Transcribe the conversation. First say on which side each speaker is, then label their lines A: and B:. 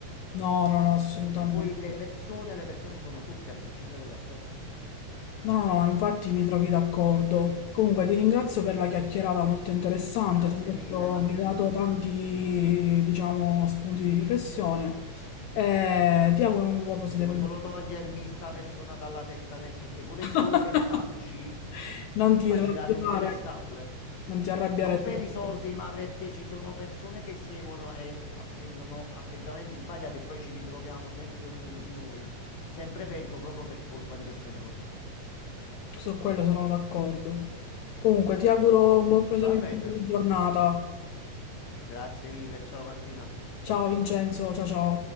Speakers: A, on the left; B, on the left.
A: No, no, no, assolutamente.
B: Se vuoi le persone, le persone sono tutte, a prescindere dal sesso.
A: No, no, no, infatti mi trovi d'accordo. Comunque ti ringrazio per la chiacchierata molto interessante,
B: Grazie
A: ti ho detto-
B: mille, Martina.
A: mi hai dato tanti, diciamo, spunti di riflessione e ti auguro un buon proseguimento.
B: Devo solo togliermi sta persona dalla testa adesso, che pure il solo
A: <laughs>
B: pensarci
A: Non ti
B: fa
A: arrabbiare,
B: girare un po' le scatole.
A: non ti arrabbiare
B: Non
A: troppo.
B: per i soldi, ma perché ci sono persone che seguono e apprendono atteggiamenti sbagliati e poi ci ritroviamo sempre ognuno di noi, sempre peggio proprio per colpa di persone così.
A: Su quello sono d'accordo. Comunque, ti auguro un buon proseguimento
B: Va bene,
A: di giornata.
B: grazie mille, ciao Martina.
A: Ciao Vincenzo, ciao ciao.